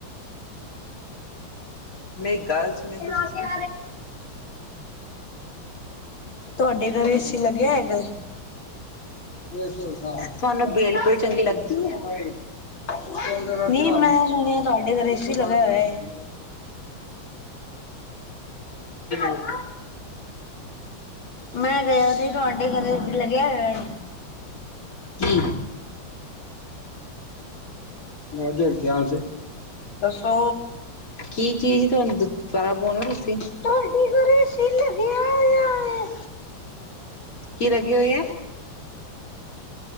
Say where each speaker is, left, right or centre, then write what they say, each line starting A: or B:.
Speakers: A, on the left; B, on the left.
A: ਮੇਰੀ ਗੱਲ ਸੁਣਿਉ ਤੁਸੀਂ
B: ਤੁਆਡੇ ਘਰ ਏ ਸੀ ਲੱਗਿਆ ਹੈਗਾ? ਇਹ ਸੁਖਾ
A: ਤੁਆਨੂੰ ਭੇਲਪੂਰੀ ਚੰਗੀ ਲੱਗਦੀ ਐ।
B: ਨਹੀਂ ਮੈਂ ਸੁਣਿਆ ਤੁਹਾਡੇ ਘਰ ਏਸੀ ਲੱਗਿਆ ਹੋਇਆ ਏ।
A: <unintelligible> <unintelligible>
B: ਮੈਂ ਕਿਆ ਸੀ ਤੂੰਆਂਢੇ ਘਰੇ ਲੱਗਿਆ ਹੋਇਆ ਏ?
A: ਕੀ? ਹਾਂਜੀ ਧਿਆਨ ਸੇ।
B: ਦੱਸੋ
A: ਕੀ ਚੀਜ਼ ਤੁਆਨ ਦੁਬਾਰਾ ਬੋਲਨਾ ਤੁਸੀਂ।
B: ਤੁਹਾਡੇ ਘਰੇ ਏਸੀ ਲੱਗਿਆ ਹੋਇਆ ਏ?
A: ਕੀ ਲੱਗੀ ਹੋਈ ਐ‌?